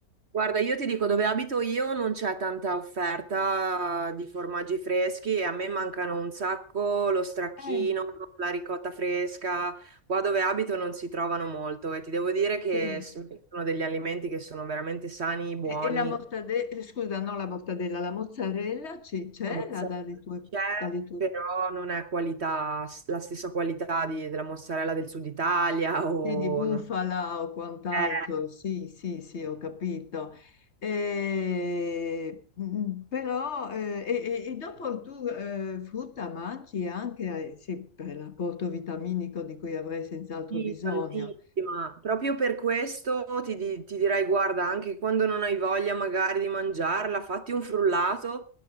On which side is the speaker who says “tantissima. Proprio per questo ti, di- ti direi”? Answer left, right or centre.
Right